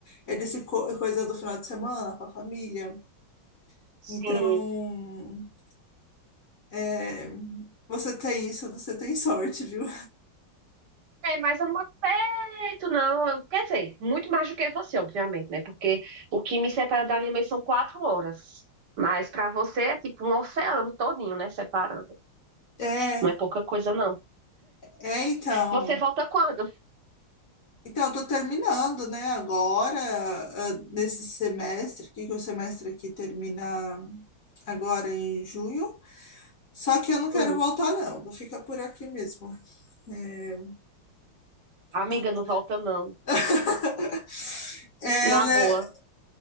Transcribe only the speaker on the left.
é desse co- coisa do final de semana com a família.
Então. É, você tem isso, você tem sorte, viu?
É,
é então.
Então, eu tô terminando, né, agora, ah, nesse semestre aqui, que o semestre aqui termina agora em junho. Só que eu não quero
voltar, não. Vou ficar por aqui mesmo. É,
não-
<laughs> Ela.